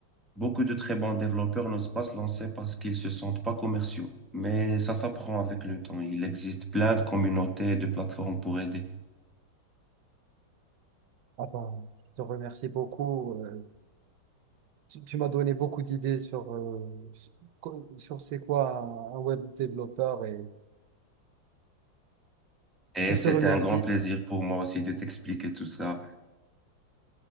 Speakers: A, in the centre; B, on the right.
A: Beaucoup de très bons développeurs n'osent pas se lancer parce qu'ils se sentent pas commerciaux. Mais ça s'apprend avec le temps. Il existe plein de communautés et de plateformes pour aider.
B: Ah ben, je te remercie beaucoup. euh, tu tu m'as donné beaucoup d'idées sur, euh, sur co- sur c'est quoi un, un web développeur et,
A: Et
B: et je
A: c'était
B: te remercie.
A: un grand plaisir pour moi aussi de t'expliquer tout ça.